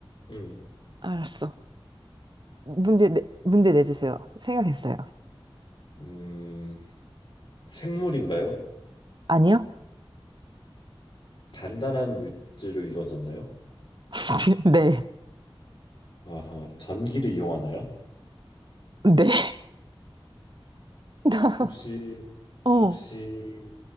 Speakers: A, on the left (about 60°); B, on the right (about 55°).
A: 음,
B: 알았어. 문제, 내, 문제 내주세요. 생각했어요.
A: 음, 생물인가요?
B: 아니요?
A: 단단한 물질로 이루어졌나요?
B: <laughs> 네.
A: 아하, 전기를 이용하나요?
B: 네. 나,
A: 혹시,
B: 어.
A: 혹시,